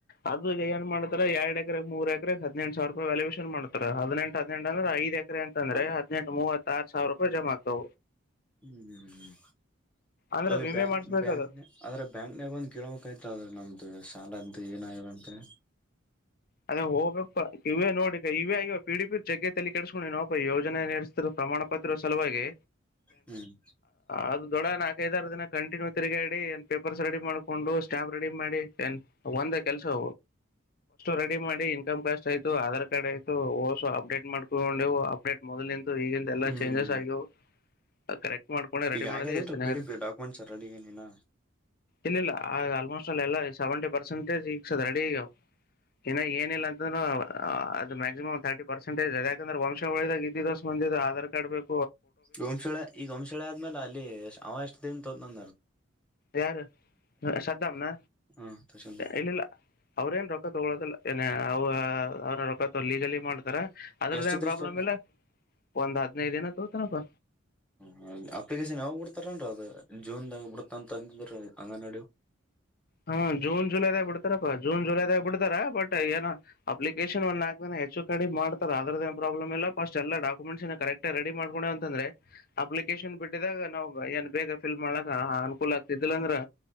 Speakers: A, on the left; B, in the centre.
A: ಅದು ಏನ್ ಮಾಡ್ತಾರೆ ಎರಡ್ ಎಕರೆ ಮೂರು ಎಕರೆ ಹದೆಂ ಸಾವರ ರೂಪಾಯಿ ವ್ಯಾಲ್ಯೇಷನ್ ಮಾಡ್ತ ಹದಿನೆಂ ಹದಿನಂಟ ಅಂದ್ರೆ ಐದು ಎಕ ಅಂದ್ರೆ
B: ಅದ
A: ಹದಿನಂು ಮೂವತ್ತತ್ ಸಾವಿರ ಜಮತ
B: ಹ್ಮ್ ಹ್ಮ್ ಹ್ಮ್
A: ಅಂದ್ರೆ
B: ಅದು
A: ವಿಮೆ
B: ಬ್ಯಾ
A: ಮಾಡ್ಸ್ಬೇಕದು
B: ಬ್ಯಾಂಕ್ ಆದದ್ರೆ ಬ್ಯಾಂಕ್ನಾಗ ಒಂದ್ ಗಿಡಕ್್ತ ್ರೆ ನಮ್ದು ಶಾಲ ಅಂತ ಏನಾಗಿಂತಿ
A: ಅದ ಹೋಗ್ಬೇಕ ಇವ ನೋಡಿ ಇವೇ ಇಗವ ಪಿ ಡಿ ಪಿ ಜಗಲ್ಲಿ ಕೆಡಸ್ಕೊಂಡು ನೀನವಪ ಯೋಜನೆರ್ಸ್ತಿರೋ ಪ್ರಮಾಣ ಪತ್ರದ ಸಲುವಾಗಿ
B: ಹ್ಮ್
A: ಅದ ದೊಡ ನಾಲ್ಕೈದಾರ ದಿನ ಕಂಟಿನ್ಯೂ ತಿರುಗಾಡಿ ಏನ್ ಪೇಪರ್ಸ್ ರೆಡಿ ಮಾಡ್ಕೊಂಡು ಸ್ಟ್ಯಾಂಪ್ ರೆಡಿ ಮಾಡಿ ಏನ್ ಒಂದ ಕೆಲಸಸ್ ರೆಡಿ ಮಾಡಿ ಇನ್ಕಮ್ ಕ್ಯಾಕ್ಸ್ ಆಯತು ಆಧಾರ್ ಕಾರ್ಡ್ ಆಯ್ತು ಓಸ ಅಪ್ಡೇಟ್ ಮಾಡ್ಕೊಂಡುವು ಅಪ್ಡೇಟ್ ಮೊದಲಂತ ಈಗ ಎಲ್ಲಾ
B: ಹ್ಮ್
A: ಚೇಂಜಸ್ ಆಗಿ ಕರೆಕ್ಟ್ ಮಾಡ್ಕೊಂಡೆ ರೆಡಿ
B: ಈಗ
A: ಮಾಡದು
B: ಆಗ್ಯದಲ್ರರಿ
A: ಎಷ್ಟು ಚೆನ್ನಾಗಿದೆ
B: ಪಿ ಡಿ ಪಿ ಡಾಕ್ಯುಮೆಂಟ್ಸ್ ರೆಡಿ ಏನಿನ
A: ಇನ್ನಿಲ್ಲ ಆ ಆಲ್ಮೋಸ್ಟ್ ಅಲ್ಲ ಎಲ್ಲ ಸೆವೆಂಟಿ ಪರ್ಸೆಂಟಜ ಸಿಕ್ಸದ ರೆಡಿಗ ಇನ್ನಾಗ ಏನಿಲ್ಲ ಅಂತೂ ಅದು ಮ್ಯಾಕ್ಸಿಮಮ್ ರ್ಟಿರ್ಸೆಟಜ್ ಂದ್ರೆ ವಂಶಳದಾಗ ಇದಿದ ಬಂದಿದ ಆಧಾರ್ ಸಬೇಕ
B: ಗೋಮಶಳೆ ಈ ಗೋಮಶಳೆ ಆದ್ಮೇಲೆ ಅಲ್ಲಿ ಅವ ಎಷ್ಟ ಪ್ರ ತೊನ್ನ
A: ಯಾರು ಸ್ದಾಮ್ನ
B: ಹಾ ತಹಶೀಲ್ದಾರ್
A: ಇಲ್ಲಿಿಲ್ಲ ಅವ್ರೇನ್ ರೊಕ್ಕ ತಗಳೋದಿಲ್ಲ ಏನ ಅವ್ರ ರೊಕ್ಕ ಲೀಗಲಿ ಮಾಡ್ತಾರ ಅದ್ರದ್ದಏನ
B: ಎಷ್ಟ ದಿವ್ಸ
A: ಪ್ರಾಬ್ಲಮ್
B: ತೋತ
A: ಇಲ್ಲ ಒಂದ್ ಹದ್ಿನೈದ ದಿನ ಹೌತನಪ್ಪ
B: ಹ ಅಪ್ಲಿಕೇಶನ್ ಯಾವ್ ಬಿಡ್ತಾರನ್ರ ಅದು ಜೂನ್ದಾಗ ಬಿಡತ ಅಂತಂದ ಅಂಗನ
A: ಹಾ ಜೂನ್ ಜುಲೈದಾಗ ಬಿಡ್ತಾರಪ್ಪಾ ಜೂನ್ ಜುಲೈದಾಗ ಬಿತಾರ ಬಟ್ ಏನ ಅಪ್ಲೇಶ ಹೆಚ್ಚು ಕಡೆ ಮಾಡ ಅದ್ರದ ಏನ್ ಪ್ರಾಬ್ಲಮ್ ಇಲ್ಲ ಫಸ್ಟ್ ಎಲ್ಲ ಡಾಕ್ಯುಮೆಂಟ್ಸ್ ಕರೆಕ್ಟ್ ರೆಡಿ ಮಾಡ್ಕೊಂಡು ಅಂದ್ರೆ ಅಪ್ಲಿಕೇಶನ್ ಬಿಟ್ಟಿದಾಗ ನಾ್ ಏನ್ ಬೇಗ ಫಲ್ ಮಾಡಲ ಅ ಆ ಅನುಕೂಲ ಆಗ್ತಿದಿಲ್ಲ ಅಂದ್ರೆ